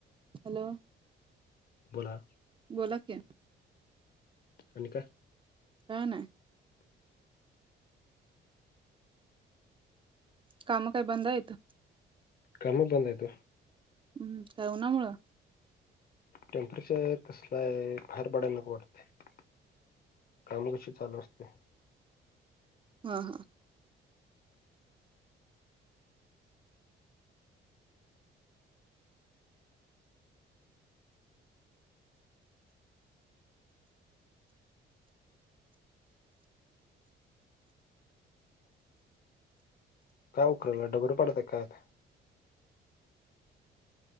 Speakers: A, on the right; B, on the left.
A: हॅलो
B: बोला
A: बोला की
B: आणि काय
A: काय नाय. कामं काय बंद हायत
B: कामं बंद हायत ओ.
A: हम्म काय उनामुळं.
B: टेम्परेचर कसल हाय, बाहेर पडायला नको वाटतय काम कशी चालू असति
A: हा हा
B: काय उकरालाय, डबर पाडताय काय आता?